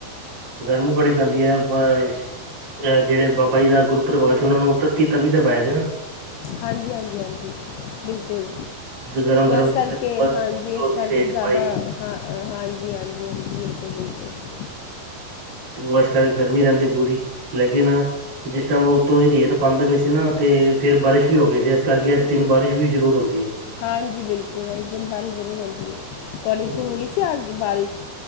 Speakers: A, on the right (about 35°); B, on the left (about 80°).
A: ਗਰਮੀ ਬੜੀ ਪੈਂਦੀ ਹੈ ਅਹ ਅ ਜਿਹੜੇ ਬਾਬਾ ਜੀ ਦਾ ਗੁਰਪੂਰਬ ਆਇਆ ਸੀ ਉਹਨਾਂ ਨੂੰ ਤੱਤੀ ਤਵੀ ਦੇ ਬਾਇਆ ਗਿਆ।
B: ਹਾਂਜੀ-ਹਾਂਜੀ। ਹਾਂਜੀ ਬਿਲਕੁਲ
A: ਗਰਮ ਗਰਮ
B: ਇਸ ਕਰਕੇ
A: ਤਵੇ ਤੇ
B: ਹਾਂਜੀ ਇਸ ਕਰਕੇ
A: ਰੇਤ
B: ਜ਼ਿਆਦਾ
A: ਪਾਈ
B: ਹਾਂ। ਹਾਂਜੀ-ਹਾਂਜੀ ਹਾਂਜੀ-ਹਾਂਜੀ, ਬਿਲਕੁਲ ਬਿਲਕੁਲ਼
A: ਤੇ ਉਹ ਇਸ ਕਰਕੇ ਗਰਮੀ ਰਹਿੰਦੀ ਹੈ। ਪੂਰੀ ਲੇਕਿਨ ਜਿਸ ਟਾਈਮ ਉੱਤੋਂ ਦੀ ਰੇਤ ਪਾੰਦੇ ਵਿੱਚ ਸੀ ਨਾ ਤੇ ਫ਼ਿਰ ਬਾਰਿਸ਼ ਵੀ ਹੋ ਗਈ ਸੀ ਇਸ ਕਰਕੇ ਇਸ ਦਿਨ ਬਾਰਿਸ਼ ਵੀ ਜ਼ਰੂਰ ਹੁੰਦੀ ਹੈ।
B: ਹਾਂਜੀ। ਬਿਲਕੁਲ ਇਸ ਦਿਨ ਬਾਰਿਸ਼ ਜ਼ਰੂਰ ਆਉਂਦੀ ਹੈ। ਤੁਹਾਡੇ
A: ਹਮ,
B: ਇੱਥੇ ਹੋਈ ਸੀ ਆਜ ਬਾਰਿਸ਼